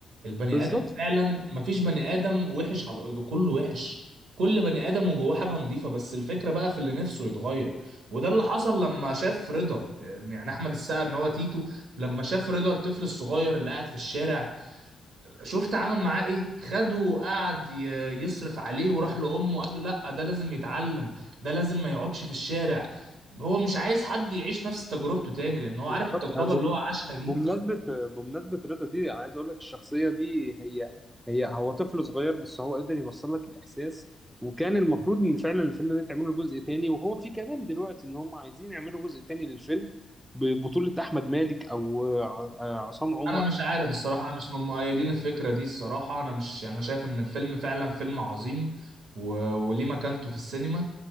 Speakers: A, on the right; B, in the centre.
A: البني
B: بالظبط
A: ادم فعلا مفيش بني ادم وحش على الارض كله وحش كل بني ادم وجواه حاجه نظيفه بس الفكره بقى في اللي نفسه يتغير وده اللي حصل لما شاف رضا يعني احمد السقا ان هو تيتو لما شاف رضا الطفل الصغير اللي قاعد في الشارع شفت عمل معاه ايه خده وقعد ي- يصرف عليه وراح لامه قال له لا ده لازم يتعلم ده لازم ما يقعدش في الشارع هو مش عايز حد يعيش نفس تجربته تاني لان هو عارف
B: بالظبط
A: التجربة اللي هو عاشها دي
B: بمناسبة بمناسبة رضا دي أنا عايز أقول لك الشخصية دي هي هي هو طفل صغير بس هو قدر يوصل لك الإحساس وكان المفروض إن فعلا الفيلم ده يتعمل له جزء تاني وهو في كمان دلوقتي إن هم عايزين يعملوا جزء تاني للفيلم ببطولة أحمد مالك أو ع- عصام عمر
A: انا مش عارف الصراحة انا مش من مؤيدين الفكرة دي الصراحة انا مش يعني انا شايف ان الفيلم فعلا فيلم عظيم و... وليه مكانته في السينما